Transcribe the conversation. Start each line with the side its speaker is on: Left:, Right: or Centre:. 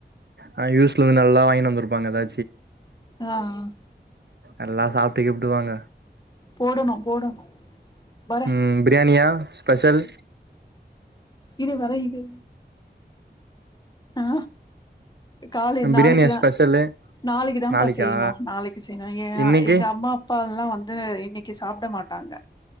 Right: ஆ யூஸ்லந்து நல்லா வாங்கினு வந்தருப்பாங்க ஏதா
Left: ஆ ஆ
Right: எல்லா சாப்ட்டு கிப்ட்டு வாங்க
Left: போடணு போடணு வர
Right: ம் ப்ரியாணியா ஸ்பெஷல்
Left: இரு வர இரு ஆ காலை நாளக்கிதா
Right: பிரியாணியா ஸ்பெஷலு
Left: நாளக்கு தாம்ப்பா
Right: நாளைக்கா
Left: செய்யணு நாளக்கு செய்யணு ஏ
Right: இன்னைக்கி
Left: எங்க அம்மா அப்பால்லா வந் இன்னிக்கு சாப்ட மாட்டாங்க